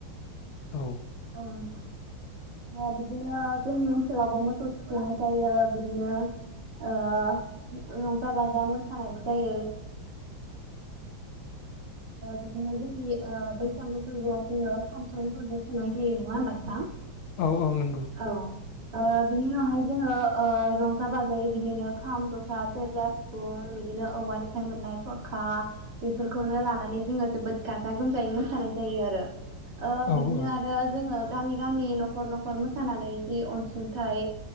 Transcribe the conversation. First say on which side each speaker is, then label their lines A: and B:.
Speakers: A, on the left (about 75°); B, on the right (about 50°).
A: औ।
B: ओ बिदिनो जोंनि ओनसोलावबो मोसौ थुखैनाय जायो बिदिनो रंजा बाजा मोसानायबो जायो बिदिनो जोंनि बैसागु फोरबोआव जोङो फांसन फोरबो खुंनाय जायो नङा होमबा नोंथां?
A: औ औ नंगौ।
B: औ ओ बिनि उनावहाय जोङो ओ रंजा बाजायै बिदिनो खाम जथा सेरजा सिफुं बिदिनो औवानिफ्राय मोननाय थरखा बेफोरखौनो लानानै नानै जोङो जोबोद गाजा गोमजायै मोसानाय जायो आरो ओ
A: औ
B: बिदिनो
A: औ
B: आरो जोङो गामि गामि न'खर न'खर मोसानानै जि अनसुंथाइ